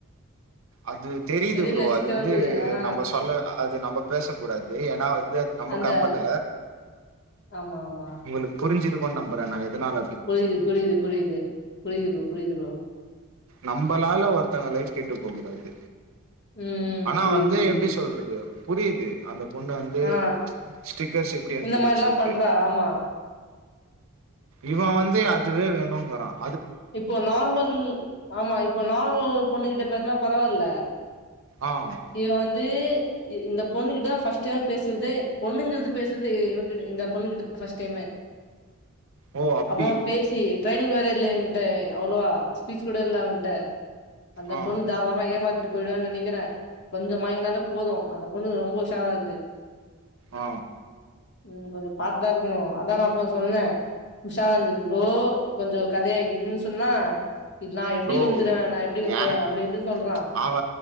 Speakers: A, on the right; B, on the left.
A: அது தெரியுது
B: செரில்ல
A: ப்ரோ
B: ஸ்டிக்கர்
A: அது வந்து
B: அனுப்புது ஆ
A: நம்ம சொல்ல அது நம்ம பேசக் கூடாது ஏன்னா வந்து அது நமக்
B: அந்த
A: கம்பல
B: ஆமா ஆமா
A: உங்களுக்கு புரிஞ்சிருக்கு நம்புறே நா எதுனால
B: புரியுது புரியுது புரியுது புரியுது ப்ரோ புரியுது ப்ரோ
A: நம்மளால ஒருத்தங்க லைஃப் கேட்டு போ கூடாது
B: ம் ம்
A: ஆனா
B: புரியுது
A: வந்து
B: புரியுது
A: எப்புடி சொல்றது புரியுது அந்த பொண்ணு வந்து
B: ஆ
A: ஸ்டிக்கர்ஸ் எப்புடி அனுப்புதுன்னு
B: இந்த மாரிலா
A: சொல்ட்டு
B: பண்றா ஆமா
A: இவன் வந்து அதுவே வேணுங்குறான்
B: இப்போ நார்மல் ஆமா இப்போ நார்மல் பொண்ணு கிட்ட பேசுனா பரவாயில்ல
A: ஆஹ்
B: இவன் வந்து இ இந்த பொண்ணுகிட்ட தா ஃர்ஸ்ட் டைம் பேசுறது பொண்ணுங்கிறது பேசுறது இங்ககிட்ட இந்த பொண்ணு கிட்டதா ஃபர்ஸ்ட் டைம்மு
A: ஓ அப்படி
B: அப்பே பேசி ட்ரைனிங் வேற இல்லைங் டே அவ்ளவா ஸ்பீச் கூட இல்ல அவகிட்ட அந்த
A: ஆ
B: பொண்ணு தாரா ளமா ஏமாத்திட்டு போயிடுவானு நெனைக்கிறே கொஞ்ச மயங்கினாலே போது அந்த பொண்ணு ரொம்ப உஷாரா இருக்கு
A: ஆ
B: ம் கொஞ்ச பாத்து தா இருக்கணு அதா நா அப்போ சொன்னே உஷார வந்துருக்கு கொஞ்ச கதையாக்குதுன்னு சொன்னே இதுல நா எப்புடி
A: ப்ரோ
B: விழுந்துடுவே நா எப்புடி விழுந்துடுவே
A: ஏன்
B: அப்புடி இப்படினு சொல்றா
A: அவ